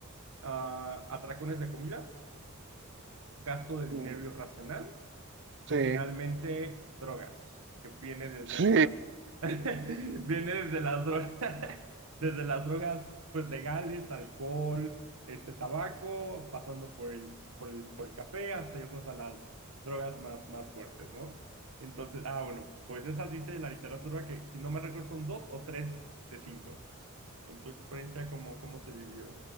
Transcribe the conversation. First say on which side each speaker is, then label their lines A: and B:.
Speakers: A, on the right (about 80°); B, on the right (about 55°).
A: ah, atracones de comida, gasto de dinero
B: mm,
A: irracional,
B: sí,
A: y finalmente, drogas, que viene desde
B: sí.
A: las, <laughs> viene desde las drogas, <laughs> desde las drogas pues legales, alcohol, este tabaco, pasando por el, por el, por el café, hasta irnos a las drogas más, más fuertes, ¿no? Entonces, ah, bueno, pues esas dice la literatura que, si no me recuerdo, son dos o tres de cinco. En tu experiencia, ¿cómo, cómo se vivió?